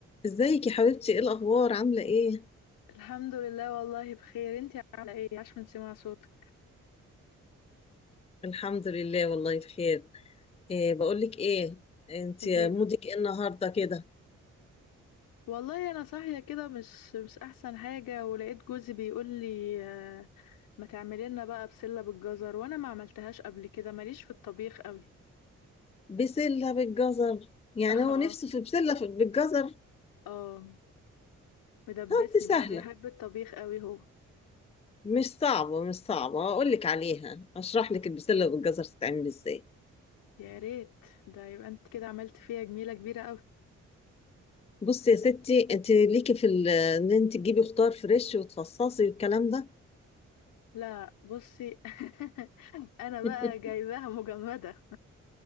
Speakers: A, on the left; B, on the left.
A: ازيك يا حبيبتي ايه الاخبار عامله ايه
B: الحمد لله والله بخير انتي عامله ايه عاش من سمع صوتك
A: الحمد لله والله بخير إيه بقول لك ايه انت
B: قوليلي
A: مودك ايه النهارده كده
B: والله انا صاحيه كده مش مش احسن حاجه ولقيت جوزي بيقول لي آه، ما تعملي لنا بقى بسله بالجزر وانا ما عملتهاش قبل كده ماليش في الطبيخ قوي
A: بسله بالجزر يعني
B: <laughs>
A: هو نفسه
B: اه
A: في بسله في- بالجزر
B: اه مدبسني
A: طب دي
B: بقى
A: سهله
B: بيحب الطبيخ قوي هو
A: مش صعبه مش صعبه اقول لك عليها اشرح لك البسله بالجزر تتعمل ازاي
B: يا ريت ده يبقى انت كده عملت فيها جميله كبيره قوي
A: بصي يا ستي انت ليكي في ال- ان انت تجيبي خضار فريش وتفصصي والكلام ده
B: لا بصي <laughs> انا بقى
A: <laughs>
B: جايباها مجمده